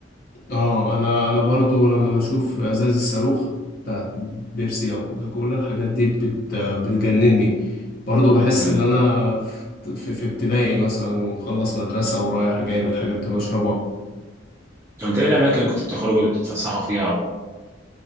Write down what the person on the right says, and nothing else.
امم
طب انت ايه الاماكن اللي كنت بتخرجوا تتفسحوا فيها و-